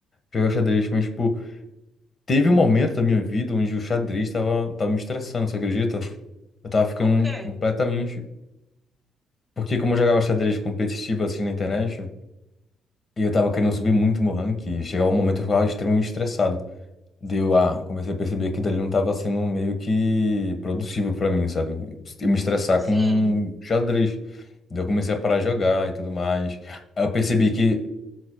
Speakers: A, on the left; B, in the centre.
A: jogar xadrez, mas, tipo, Teve um momento da minha vida onde o xadrez tava, tava me estressando, você acredita? Eu tava ficando
B: Por quê?
A: completamente. Porque como eu jogava xadrez competitivo assim na internet, e eu tava querendo subir muito meu ranking, e chegava um momento que eu ficava extremamente estressado. Deu a. Comecei a perceber que dali não tava sendo meio que produtivo pra mim, sabe? Eu me estressar
B: Sim,
A: com xadrez. Daí eu comecei a parar de jogar e tudo mais. Aí eu percebi que